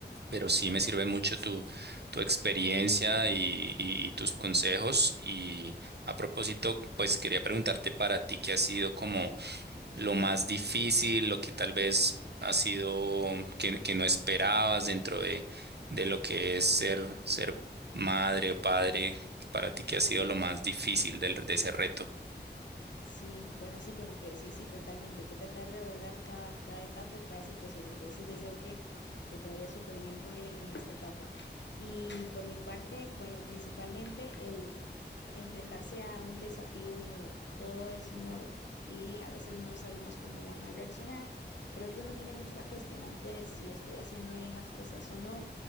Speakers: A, on the right; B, on the left.
A: pero sí me sirve mucho tu, tu experiencia y, y- y tus consejos. Y a propósito, pues quería preguntarte para ti qué ha sido como lo más difícil, lo que tal vez ha sido que, que no esperabas dentro de, de lo que es ser, ser madre o padre, para ti qué ha sido lo más difícil del- de ese reto.
B: Sí, bueno, sí, con lo que decís, sí, totalmente. Hay que tratar de abordar cada, cada etapa y cada situación. Entonces deseo que, que te vaya súper bien con él en, en esta etapa. Y por mi parte, bueno, principalmente el enfrentarse a un desafío nuevo. Todo es nuevo y a veces no sabemos cómo van a reaccionar, Creo que uno tiene mucho la cuestionante de si estoy haciendo bien las cosas o no,